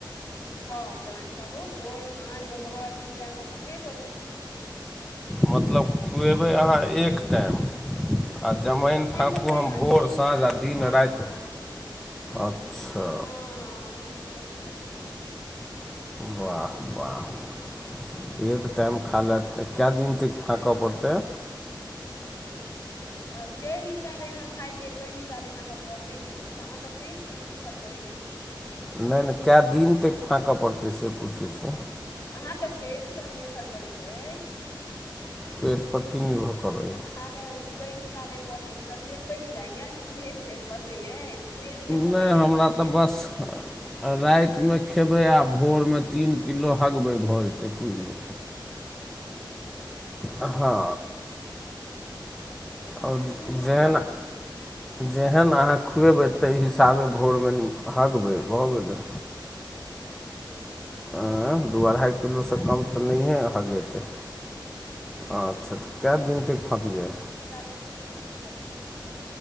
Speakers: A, on the left; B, in the centre.
A: हउ जमाइन फाकू भोर साँझ दुपहर तीन टाइम तऽ फाकबे करू
B: मतलब खुएबै अहाँ एक टाइम आ जमाइन फाँकू
A: फकबै
B: हम
A: अहाँ
B: भोर
A: तीन
B: साँझ
A: टाइम
B: आ दिन
A: हँ
B: राति अच्छा
A: हँ एकदम
B: वाह वाह
A: से। हूँ
B: एक टाइम खा ल तऽ कए दिन तक फाकऽ पड़तै
A: आब कय हिसाबे अहाँ खाइ छियै कय हिसाबे अहाँके पचै अछि ओ तऽ अहाँके पेट पर निर्भर करै अछि
B: नहि नहि कए दिन तक फाँकय पड़तै से पूछैत छियै
A: अहाँके पेट पर निर्भर करैत अछि
B: पेट पर की निर्भर करै
A: अहाँके कई हिसाबे पची तुरन्ते पचि जाइया कि धीरे धीरे पचै अछि धीरे धीरे पचैय
B: नहि
A: अछि
B: हमरा
A: तऽ अखनेसँ
B: बस
A: खेनाइ शुरू करू
B: रातिमे खेबै आओर भोरमे तीन किलो हगबै भऽ जेतै पुजे
A: ओ तखन तऽ
B: अ हँ
A: तखन तऽ फकनाइ
B: आओर
A: शुरू कऽ
B: जेहन
A: दियौ
B: जेहन अहाँ खुएबै ताहि हिसाबे भोरमेहगबै भऽ गेलै
A: हूँ
B: आँ दू अढ़ाइ
A: ताहि
B: किलोसँ
A: हिसाबे
B: कम
A: फकनाइ
B: तऽ नहिए
A: शुरू कऽ
B: हगेतै
A: दियौ
B: अच्छा तऽ कए दिन तक फाँकियै
A: तऽ ओहि हिसाबे फकनाइ शुरू कऽ दियौ